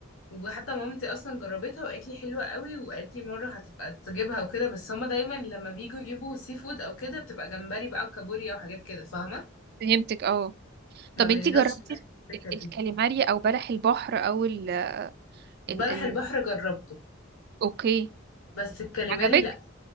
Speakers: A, on the left; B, on the right.
A: وحتى مامتي اصلا جربتها وقالت لي حلوه قوي وقالت لي مره هتبقى تجيبها وكده بس هما دايما لما بيجوا يجيبوا سي فود او كده بتبقى جمبري بقى وكابوريا وحاجات كده فاهمه
B: فهمتك اه طب
A: ما بنروحش
B: انتي جربتي
A: ناحيه السكه
B: ال-
A: دي
B: الكاليماري او بلح البحر او ال
A: بلح
B: ال ال
A: البحر جربته
B: اوكي
A: بس الكاليماري
B: عجبك
A: لا